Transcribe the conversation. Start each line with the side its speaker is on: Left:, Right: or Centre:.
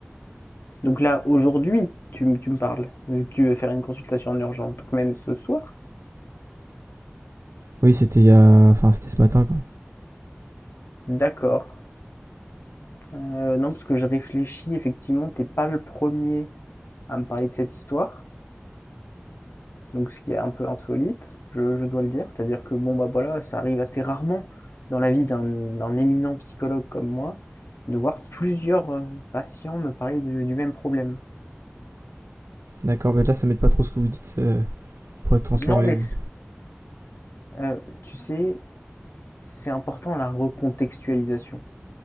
Left: Donc là, aujourd'hui, tu, m- tu me parles, vu que tu veux faire une consultation en urgence, donc même ce soir?
Right: Oui, c'était il y a. Enfin, c'était ce matin, quoi.
Left: D'accord. Euh, non, parce que je réfléchis, effectivement, t'es pas le premier. à me parler de cette histoire, donc ce qui est un peu insolite, je, je dois le dire. C'est-à-dire que bon bah voilà, ça arrive assez rarement dans la vie d'un d'un éminent psychologue comme moi de voir plusieurs euh, patients me parler de- du même problème.
Right: D'accord, mais là, ça m'aide pas trop ce que vous dites euh, pour être transparent
Left: Non
Right: avec
Left: mais
Right: vous.
Left: euh, tu sais, c'est important la recontextualisation.